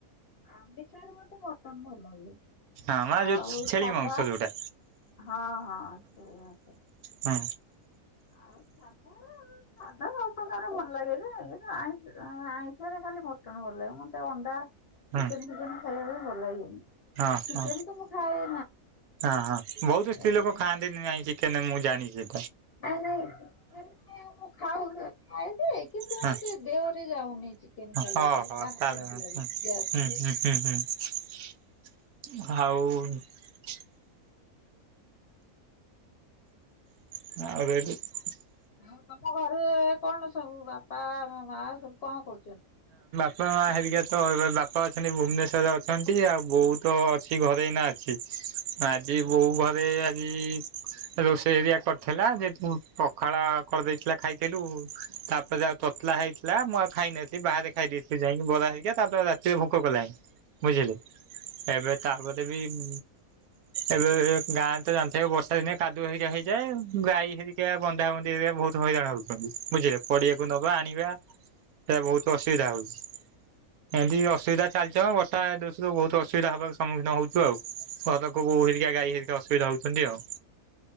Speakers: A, on the left; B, on the right.
A: ଆମିଷ ରେ ମତେ ମଟନ ଭଲ ଲାଗେ
B: ହଁ ମା ଯୋଉ
A: ଆଉ
B: ଛେଳି
A: ସାଧା
B: ମାଂସ ଯୋଉଟା
A: ହଁ ହଁ ସେ ଆଛ।
B: ହଁ
A: ଆଉ ସାଧା ସାଧା ସବୁ ପ୍ରକାର ଭଲ ଲାଗେ ଯେ ଆଇଁ ଆଇଁଷିରେ ଖାଲି ମଟନ୍ ଭଲ ଲାଗେ, ମତେ ଅଣ୍ଡା ଚିକେନ
B: ହଁ
A: ଫିକେନ ଖାଇବା ପାଇଁ ଭଲ ଲାଗେନି।
B: ହଁ
A: ଚିକେନ
B: ହଁ
A: ତ ମୁଁ ଖାଏ
B: ହଁ ହଁ ବହୁତ
A: ନା
B: ସ୍ତ୍ରୀ ଲୋକ ଖାଆନ୍ତିନି ଆଇଁଷି କେନେ ମୁଁ ଜାଣିଚି।
A: ନାଇଁ ନାଇଁ ଚିକେନେ ମୁଁ ଖାଉ ଖାଏ ଯେ କିନ୍ତୁ
B: ହଁ
A: ମତେ ଦେହରେ ଯାଉନି ଚିକେନ ଖାଇଲାଠୁ
B: ହଁ ହଁ
A: ବାନ୍ତି
B: ତାହେଲେ
A: ବାନ୍ତି
B: ହୁଁ
A: ଲାଗୁଚି ଗ୍ୟାସ ହେଇ
B: ହୁଁ ହୁଁ ହୁଁ ଆଉ <unintelligible>
A: ଆଉ ତମ ଘରେ କଣ ସବୁ ବାପା ଓ ମା ସବୁ କଣ କରୁଚନ୍ତି?
B: ବାପା ମା ହେରିକା ତ ଏବେ ବାପା ଅଛନ୍ତି ଭୁବନେଶ୍ଵରରେ ଅଛନ୍ତି। ଆଉ ବୋଉ ତ ଅଛି ଘରେ ଏଇନା ଅଛି। ଆଜି ବୋଉ ଘରେ ଆଜି ରୋଷେଇ ହେରିଆ କରିଥେଲା, ଯେ ପୁଁ ପଖାଳ କରିଦେଇଥିଲା ଖାଇଥେଲୁ ତାପରେ ଆଉ ତତଲା ହେଇଥିଲା ମୁଁ ଆଉ ଖାଇନଥିଲି ବାହାରେ ଖାଇଦେଇଥିଲି ଯାଇଁକି ବରା ହେରିକା ତାପରେ ଆଉ ରାତିରେ ଭୋକ କଲାନି। ବୁଝିଲେ ଏବେ ତାପରେ ବି ଇମ୍ ଏବେ ଗାଁରେ ତ ଜାଣିଥିବେ ବର୍ଷା ଦିନେ କାଦୁଅ ହେରିକା ହେଇଯାଏ ଗାଈ ହେରିକା ବନ୍ଧା ବନ୍ଧିରେ ବହୁତ ହଇରାଣ ହଉଚନ୍ତି ବୁଝିଲେ ପଡିଆକୁ ନବା ଆଣିବା ଏ ବହୁତ ଅସୁବିଧା ହଉଚି। ଏମତି ଅସୁବିଧା ଚାଲିଚି ଅ ବର୍ଷା ଦୋଷ ରୁ ବହୁତ ଅସୁବିଧା ହବାକୁ ସମ୍ମୁଖୀନ ହଉଚୁ ଆଉ ସରକୋଉ ବୋଉ ହେରିକା ଗାଈ ହେରିକା ଅସୁବିଧା ହଉଚନ୍ତି ଆଉ।